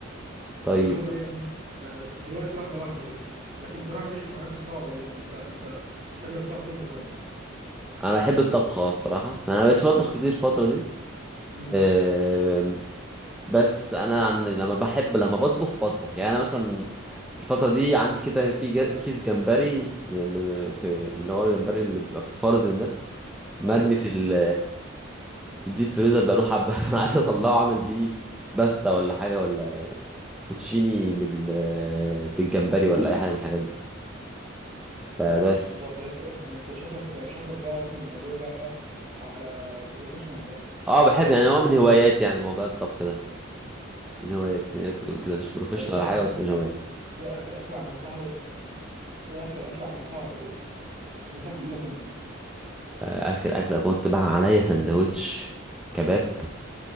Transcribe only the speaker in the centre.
طيب
انا احب الطبخ اه الصراحة انا مبقتش بطبخ كتير الفترة دي
آم، بس انا عن لما بحب لما بطبخ بطبخ يعني انا مثلا الفترة دي عندي كده في جا-
كيس جمبري من من- في من اللي هو الجمبري اللي بيبقى بيتفرزن ده مرمي
في ال في الديب فريزر بقاله حبة <laughs> فأنا عايز أطلعه أعمل بيه باستا ولا حاجة ولا فوتشيني بال بالجمبري ولا أي حاجة من الحاجات دي فبس
اه بحب يعني هو من هواياتي يعني موضوع الطبخ ده من هواياتي يعني تقدر تقول كده مش بروفيشنال
ولا
حاجة بس من هواياتي
آه، آخر أكلة كنت بقى عليا سندوتش كباب